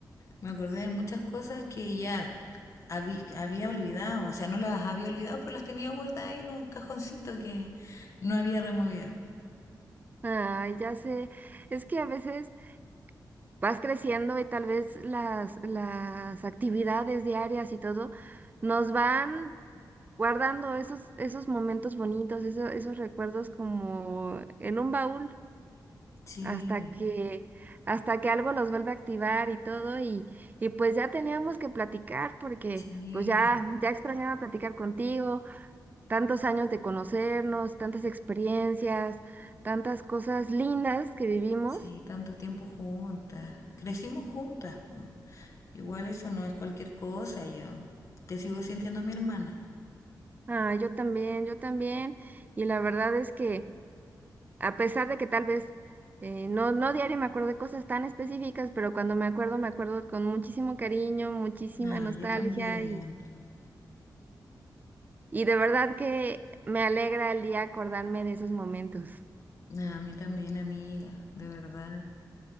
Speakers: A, on the left (about 40°); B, on the right (about 25°).
A: me acordé de muchas cosas que ya habí- había olvidado. O sea, no las había olvidado, pero las tenía guardadas ahí en un cajoncito que no había removido.
B: Ay, ya sé, es que a veces vas creciendo y tal vez las, las actividades diarias y todo nos van guardando esos, esos momentos bonitos, eso- esos recuerdos como en un baúl.
A: Sí,
B: hasta que, hasta que algo los vuelve a activar y todo, y, y pues ya teníamos que platicar porque
A: sí.
B: pues ya, ya extrañaba platicar contigo, tantos años de conocernos, tantas experiencias, tantas cosas lindas que vivimos.
A: Sí, tanto tiempo juntas. Crecimos juntas. po. Igual eso no es cualquier cosa, yo. Te sigo sintiendo mi hermana.
B: Ah, yo también, yo también, y la verdad es que a pesar de que tal vez eh, no, no diario me acuerdo de cosas tan específicas, pero cuando me acuerdo, me acuerdo con muchísimo cariño, muchísima
A: Ah,
B: nostalgia
A: yo también.
B: Y, y de verdad que me alegra el día acordarme de esos momentos.
A: Ah, a mí también, amiga. De verdad.